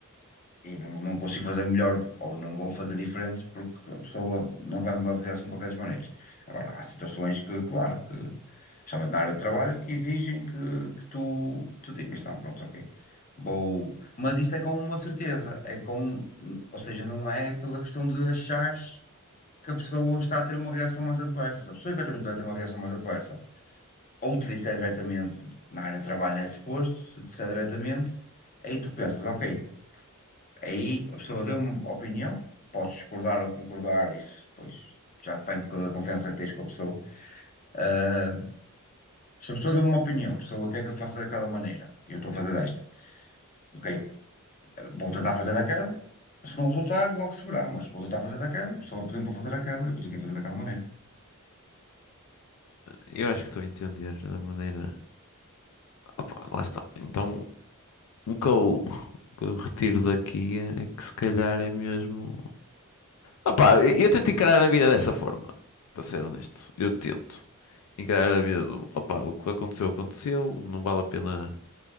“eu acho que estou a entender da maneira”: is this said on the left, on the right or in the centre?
Left